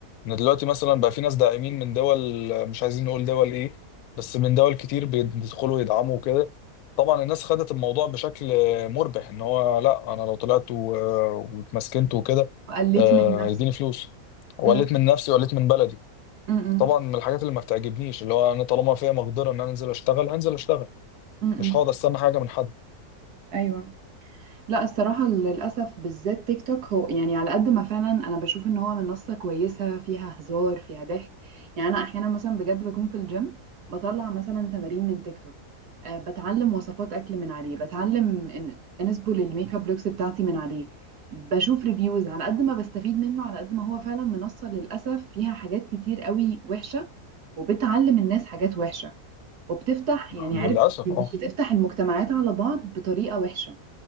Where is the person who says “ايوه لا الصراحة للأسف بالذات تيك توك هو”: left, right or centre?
Right